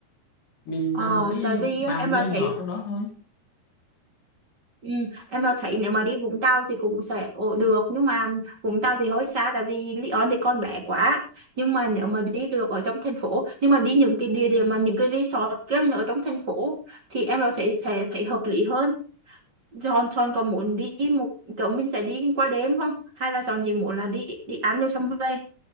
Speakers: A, on the left; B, on the right.
A: mình
B: Ờ,
A: làm một cái
B: tại vì á,
A: bàn
B: em đã
A: nho nhỏ
B: thấy
A: trong đó thôi.
B: Ừ, em mà thấy nếu mà đi Vũng Tàu thì cũng sẽ ổ được nhưng mà Vũng Tàu thì hơi xa tại vì Lý Sơn thì con bé quá nhưng mà nếu mà đi được ở trong thành phố nhưng mà đi những cái địa điểm mà những cái resort gần ở trong thành phố thì em có thể sẽ thấy hợp lý hơn John John có muốn đi một kiểu mình sẽ đi qua đêm không hay là John chỉ muốn là đi đi ăn rồi xong về